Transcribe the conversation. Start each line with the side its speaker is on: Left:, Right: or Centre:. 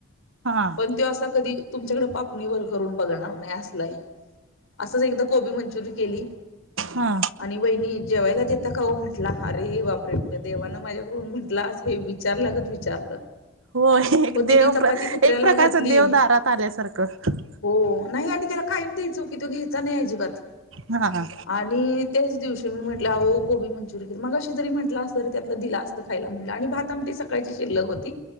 Right: हा
Left: पण तो असा कधी तुमच्याकडे पापणी वर करून बघणार नाही असलाय असंच एकदा कोबी मंचुरी केली
Right: हा
Left: आणि बहिणी जेवायला देता का हो म्हंटला अरे बा म्ह देवानं माझ्याकड म्हटलं हे विचारलंगत विचारलं
Right: होय एक
Left: होती
Right: देव
Left: ती चपाती
Right: एक
Left: कुत्र्याला
Right: प्रकारच
Left: घातली
Right: देव दारात आल्यासारखं
Left: हो नाही आणि त्याला कायम द्याच चुकी तो घ्यायचा नाही अजिबात
Right: हा हा
Left: आणि त्याच दिवशी मी म्हटलंओ कोबींचुरियन मग अशी जरी म्हटलं अस त त्याला दिला असं खायला म्हटलं आणि भात आम सकाळची तिल्लक होती